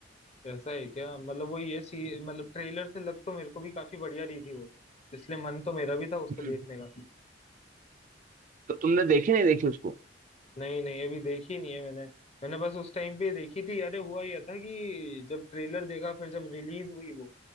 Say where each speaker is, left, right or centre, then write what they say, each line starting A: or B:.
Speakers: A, on the left; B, on the right.
A: ऐसा है क्या मतलब वो ये सी मतलब ट्रेलर से लग तो मेरे को भी काफी बढ़िया रही थी वो इसलिए मन तो मेरा भी था उसको
B: हम्म
A: देखने का
B: तो तुमने देखी नहीं देखी उसको
A: नहीं नहीं अभी देखी नहीं है मैंने मैंने बस उस टाइम पे देखी थी अरे हुआ यह था कि जब ट्रेलर देखा फिर जब रिलीज हुई वो